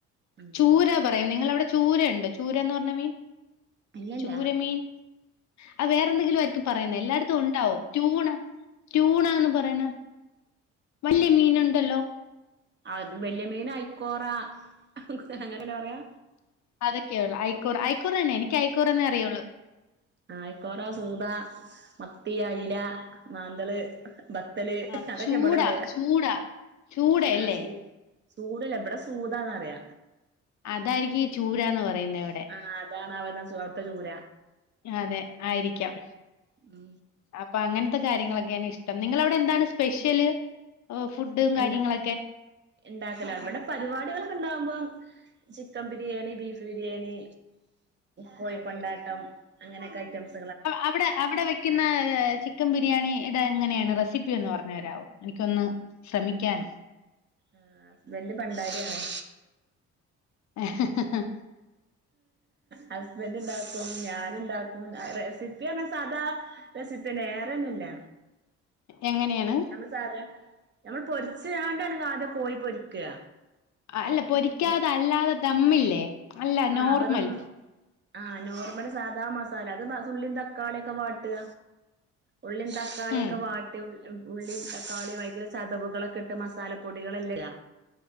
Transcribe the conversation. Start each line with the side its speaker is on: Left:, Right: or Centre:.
Right: ഉം
Left: ചൂര പറയാ നിങ്ങളവിടെ ചൂരുണ്ട് ചൂരന്ന് പറഞ്ഞ മീൻ
Right: ഇല്ലല്ല
Left: ചൂര മീൻ അ വേറെ എന്തെങ്കിലും ആയിരിക്കും പറയുന്ന എല്ലായിടത്തും. ഉണ്ടാവും ചൂണ ചൂണന്ന് പറയണ വലിയ മീൻ ഉണ്ടല്ലോ
Right: അത് വല്യ മീനയിക്കോറ അങ്ങനെയല്ലാം പറയാ
Left: അതൊക്കെയ ഉള്ള ആക്കൂറ അഐക്കൂർ താണ് എനിക്ക്യക്കൂർന്നെ അറിയുള്ളൂ
Right: ആയക്കോറ, സൂത, മത്തി, അയില, മാന്തള്, ബത്തല്,
Left: ആഹ്
Right: അതൊക്കെവിടല്ലേ
Left: ചൂടാ ചൂടാ ചൂടയല്ലേ
Right: ആസു സൂടല്ല എവിടെ സൂദാന്ന്റിയ
Left: അതായിരിക്കും ഈ ചൂരന്ന് പറയുന്ന ഇവിടെ
Right: ആഹ് അതാണ് അവന്ന അവിത്ത ചൂര
Left: അതെ ആയിരിക്കാം.
Right: ഉ
Left: അപ്പൊ അങ്ങനത്തെ കാര്യങ്ങളൊക്കെയാണ് ഇഷ്ടം നിങ്ങള അവിടെ എന്താണ് സ്പെഷ്യല്. ഓഹ് ഫുഡും
Right: എ
Left: കാര്യങ്ങളൊക്കെ
Right: ഉണ്ടാക്കല ഇവിടെ പരിപാടികൾൊക്കെ ഉണ്ടാവുമ്പോം. ചിക്കൻ ബിരിയാണി ബീഫ് ബിരിയാണി, കോഴിക്കൊണ്ടാട്ടം,
Left: ഉം
Right: അങ്ങനെയൊക്കെ ഐറ്റംസ്.
Left: അവിടെ അവിടെ വ ക്കുന്ന ചിക്കൻ ബിരിയാണി ഇടെ എങ്ങനെയാണ് റെസിപ്പി ഒന്ന് പറഞ്ഞഞ് തരാവോ എനിക്കൊന്ന്. ശ്രമിക്കാൻ
Right: ആഹ് ഹസ്ബൻറ്റ് പണ്ടാരിയാണ്
Left: ഏ ഹ്ഹ്
Right: ഹസ്ബൻഡ്ണ്ടാക്കും ഞാന ഉണ്ടാക്കും റെസിപ്പിയണ സാധാ റെസപ്പി തന്നെ വേറെ ഒന്നുംല്ല
Left: എങ്ങനെയാണ്
Right: നമ്മ സാധ നമ്മൾ പൊരിച്ച് ങ്ങാണ്ട ല്ലാണ്ട് കോഴി പൊരിക്കുക
Left: അല്ല പൊരിക്കാതെ
Right: ഏ
Left: അല്ലാതെ ദമ്മില്ലേ അല്ല നോർമൽ
Right: ആഹ് വെറും ആഹ് നോർമൽ സാധാ മസാല അത് ഉള്ളിംതക്കാളിയ ഒക്കെ വാട്ടുക ഉള്ളീം തക്കാളിയൊക്കെ
Left: ഉം
Right: വാട്ടും ഉള്ളി തക്കാളിയ വൈക്കുന്ന ചതവുകളൊക്കെ ഇട്ട് മസാലപ്പൊടികളെല്ലാം ഇടുക